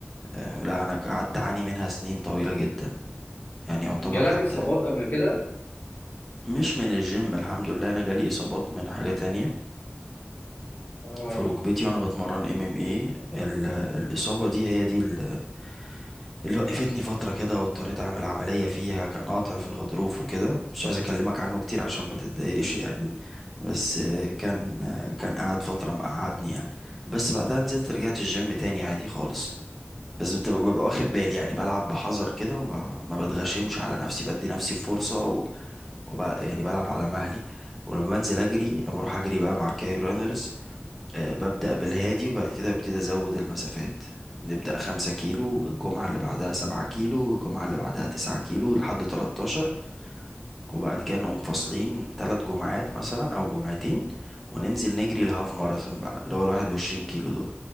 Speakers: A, in the centre; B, on the left.
A: آه، لا انا قعدت اعاني منها سنين طويلة جدا يعني يعتبر
B: جالك
A: حتى
B: إصابات قبل كده؟
A: مش من الجيم الحمد لله انا جالي اصابات من حاجة تانية
B: آه
A: في ركبتي وانا بتمرن ام ام ايه الاصابة دي هي دي ال- اللي وقفتني فترة كده واضطريت اعمل عملية فيها كان قاطع في الغضروف وكده مش عايز اكلمك عنه كتير عشان ما تتضايقش يعني بس آه، كان آه، كان قعد فترة مقعدني يعني بس بعدها نزلت رجعت الجيم تاني عادي خالص بس بت- ببقى واخد بالي يعني بلعب بحذر كده وما ما بتغشمش على نفسي بدي نفسي فرصة و... وب... يعني بلعب على مهلي ولما بنزل اجري لما بروح اجري بقى مع الكاير رانرز آه ببدأ بالهادي وبعد كده ببتدي ازود المسافات نبدأ خمسة كيلو الجمعة اللي بعدها سبعة كيلو الجمعة اللي بعدها تسعة كيلو لحد تلاتاشر وبعد كده نقوم فاصلين تلات جمعات مثلا أو جمعتين وننزل نجري الهاف ماراثون بقى اللي هو الواحد وعشرين كيلو دول